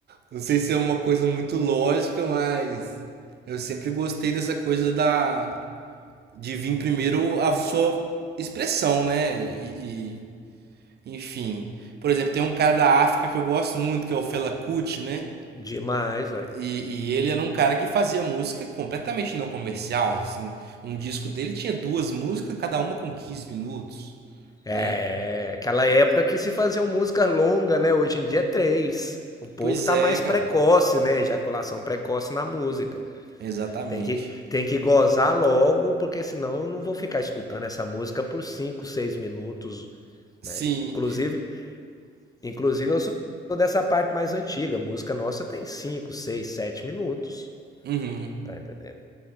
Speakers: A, on the right (about 55°); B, on the left (about 20°).
A: Não sei se é uma coisa muito lógica, mas eu sempre gostei dessa coisa da de vir primeiro a sua expressão, né? E, e, enfim, por exemplo, tem um cara da África que eu gosto muito, que é o Fela Kuti, né?
B: Demais, velho.
A: E, e ele era um cara que fazia música completamente não comercial, assim. Um disco dele tinha duas músicas, cada uma com quinze minutos,
B: É,
A: né?
B: aquela época que se faziam músicas longas, né? Hoje em dia é três. O povo
A: Pois
B: tá
A: é,
B: mais
A: cara.
B: precoce, né? Ejaculação precoce na música.
A: Exatamente.
B: Tem que, tem que gozar logo, porque senão eu não vou ficar escutando essa música por cinco, seis minutos,
A: Sim.
B: né? Inclusive, inclusive eu sou dessa parte mais antiga. A música nossa tem cinco, seis, sete minutos.
A: Uhum.
B: Tá entendendo?